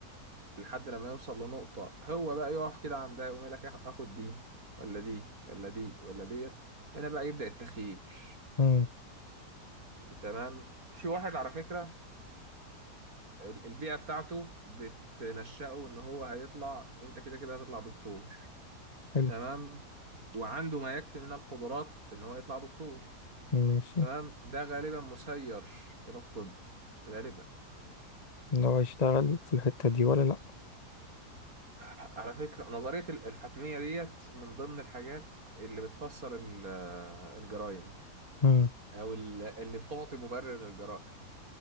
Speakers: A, on the right; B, on the left.
A: لحد لما يوصل لنقطة هو بقى يقف كده عندها يقوم يقول لك آخ- آخد دي ولا دي ولا دي ولا ديت هنا بقى يبدأ التخيير
B: امم
A: تمام في واحد على فكرة ال- البيئة بتاعته بتنشأه إن هو هيطلع أنت كده كده هتطلع دكتور
B: حلو
A: تمام وعنده ما يكفي من القدرات إن هو يطلع دكتور
B: ماشي
A: تمام ده غالبا مسير إلى الطب غالبا
B: لو هيشتغل في الحتة دي ولا لأ
A: على فكرة نظرية ال- الحتمية ديت من ضمن الحاجات اللي بتفسر ال- الجرائم
B: مم.
A: أو ال- اللي بتعطي مبرر للجرائم